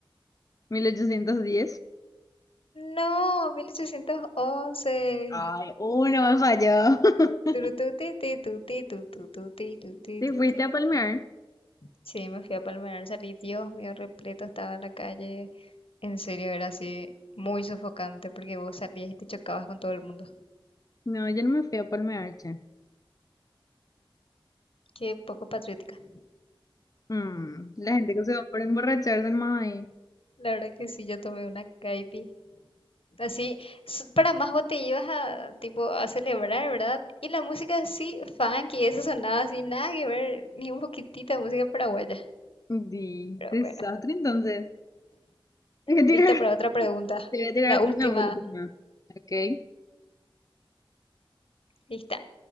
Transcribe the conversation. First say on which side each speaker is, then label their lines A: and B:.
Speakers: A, on the left; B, on the left.
A: mil ochocientos diez
B: No, 1811.
A: Ay, uno me falló. <laughs>
B: Turututitutitututitutituti.
A: Te fuiste a palmear.
B: Sí, me fui a Palmerar, salí, Dios mío, repleto, estaba en la calle. En serio, era así muy sofocante porque vos salías y te chocabas con todo el mundo.
A: No, yo no me fui a palmearche.
B: Qué poco patriótica.
A: Mm, la gente que se va por emborracharse, mae.
B: La verdad que sí, yo tomé una caipi. Así, s- para más vos te ibas a, tipo, a celebrar, ¿verdad? Y la música así, funky, eso sonaba así, nada que ver, ni un poquitito de música paraguaya.
A: Di,
B: Pero
A: desastre,
B: bueno,
A: entonces. Hay que tirar,
B: lista para
A: <laughs>
B: otra pregunta.
A: te voy a tirar
B: La última,
A: una última. Ok.
B: lista.